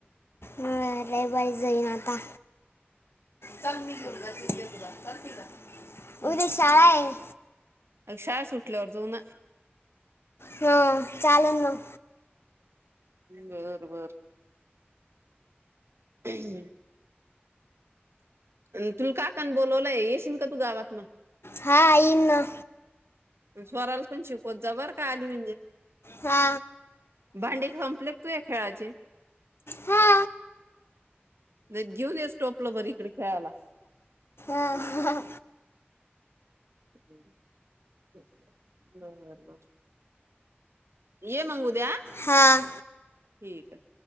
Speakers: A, on the left; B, on the right.
A: हा रविवारी जईन आता. चल मी घेऊन जाते उद्या तुला चल तिकडे उद्या शाळा आहे.
B: अंग शाळा सुटल्यावर जाऊ ना.
A: हं चालेल मग.
B: बर बर. हम ये तुला काकनं बोलवलय येशील का तू गावात न.
A: हा येईन नं
B: स्वराला पण शिकवत जा बर का आली म्हणजे
A: हा
B: भांडी संपल्यात तुझ्या खेळाचे,
A: हा
B: ना घेऊन ये स टोपलं बर इकडे खेळायला.
A: अं हां.
B: ह्यालो बर बर <unintelligible> ये मग उद्या आ
A: हा
B: ठीक आहे.